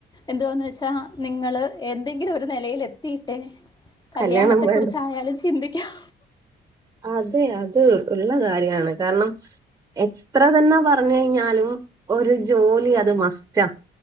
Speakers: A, on the left (about 20°); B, on the right (about 20°).
A: എന്തവാന്ന് വെച്ചാ നിങ്ങള് എന്തെങ്കിലും ഒരു നിലൽെ തീട്ടെ കല്യാണത്തെ
B: കല്യാണം വേണ്ട
A: കുറിച്ച ആായാലും ചിന്തിക്കാം
B: അതെ അത് ഉള്ള കാര്യാണ് കാരണം എത്ര തന്നെ പറഞ്ഞു കഴിഞ്ഞാലും ഒരു ജോലി അത് മസ്റ്റാ